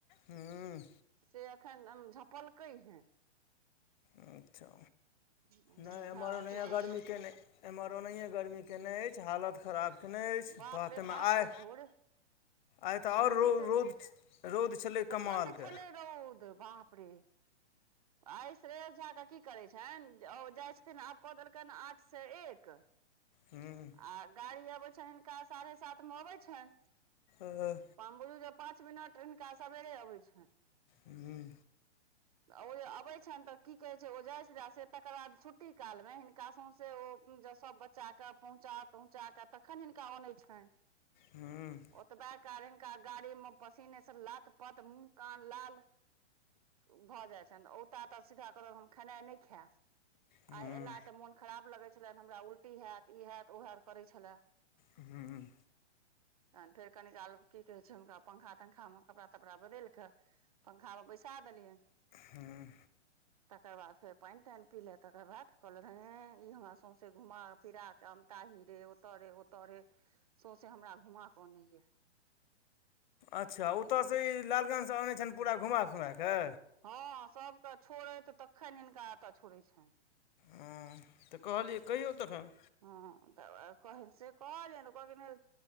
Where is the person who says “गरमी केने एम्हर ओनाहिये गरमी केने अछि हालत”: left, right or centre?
Left